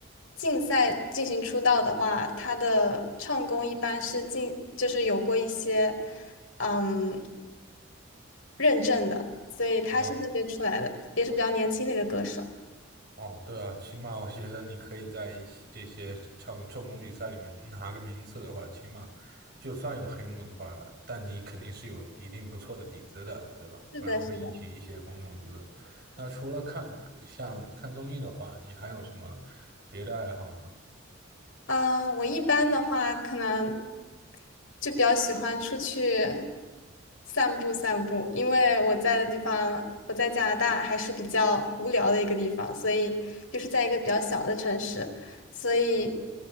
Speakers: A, on the left (about 80°); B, on the right (about 50°).
A: 竞赛进行出道的话，她的唱功一般是进就是有过一些。嗯，认证的，所以他是那边出来的，
B: 啊
A: 也是比较年轻的一个歌手。
B: 哦，对啊，起码我觉得你可以在一些这些唱唱功比赛里面拿个名次的话，起码就算有黑幕的话，但你肯定是有一定不错的底子的，对吧？
A: 是的，
B: 不然会引起一些公众舆论。
A: 是的。
B: 那除了看像看综艺的话，你还有什么别的爱好吗？
A: 啊、我一般的话，可能就比较喜欢出去散步散步，因为我在的地方，我在加拿大还是比较无聊的一个地方，所以就是在一个比较小的城市，所以